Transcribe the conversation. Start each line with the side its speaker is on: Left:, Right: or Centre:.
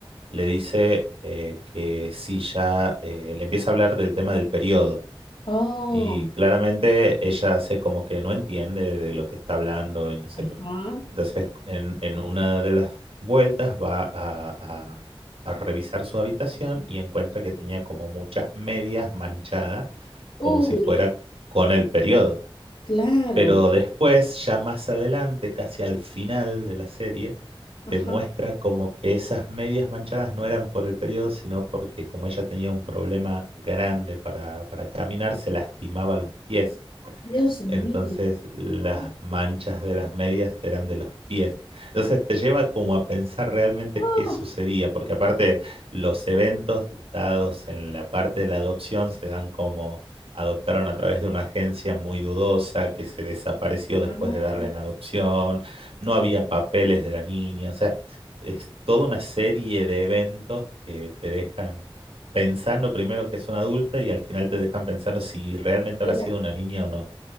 Right: le dice eh, que si ya eh, le empieza a hablar del tema del periodo
Left: Oh,
Right: y claramente ella hace como que no entiende de lo que está hablando y no sé
Left: ajá.
Right: qué. Entonces, en, en una de las vueltas va a, a- a revisar su habitación y encuentra que tenía como muchas medias manchadas,
Left: Uy,
Right: como si fuera con el periodo.
Left: claro.
Right: Pero después, ya más adelante, casi al final de la serie,
Left: Ajá.
Right: te muestra como que esas medias manchadas no eran por el periodo, sino porque como ella tenía un problema grande para, para caminar, se lastimaba los pies.
Left: Dios mío.
Right: Entonces las
Left: Oh,
Right: manchas de las medias eran de los pies. Entonces te lleva como a pensar realmente
Left: oh.
Right: qué sucedía, porque aparte los eventos dados en la parte de la adopción se dan como adoptaron a través de una agencia muy dudosa que se desapareció
Left: Ah,
Right: después de darla en adopción, no había papeles de la niña, o sea, es toda una serie de eventos que te dejan pensando primero que es una adulta y al final te dejan pensando si realmente
Left: mira.
Right: habrá sido una niña o no.